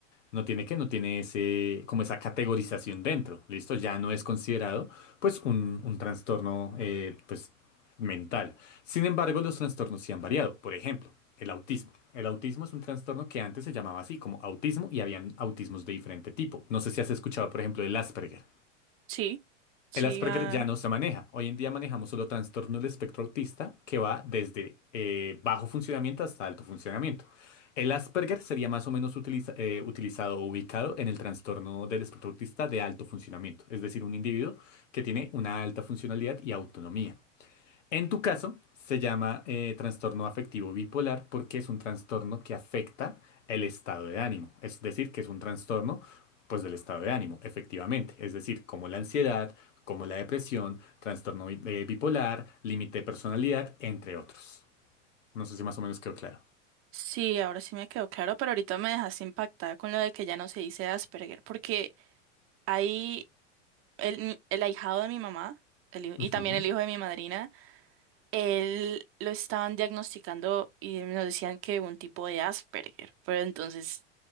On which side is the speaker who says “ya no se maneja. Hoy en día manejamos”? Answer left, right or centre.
Left